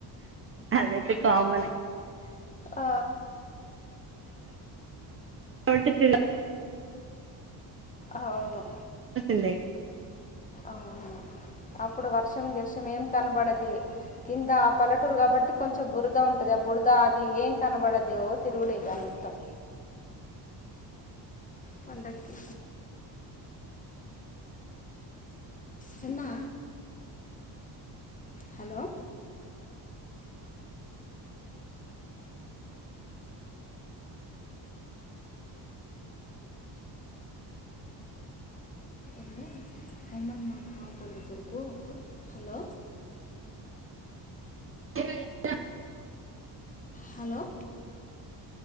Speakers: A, on the right; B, on the left.
A: అదైతే కోమన్
B: ఆ
A: అటి త <unintelligible>
B: అవును
A: ందేగా <unintelligible>
B: ఆహా అప్పుడు వర్షం గీషం ఏం కనబడద్ కింద ఆ పల్లటూరు కాబట్టి కొంచెం బురద ఉంటది ఆ బురద అది ఏం కనబడదిో తిరుగులేద <unintelligible> పండక్కి చినా హలో ఏరే హైమన్ మామా పలేతరుకు <unintelligible> హలో
A: ఏ
B: హలో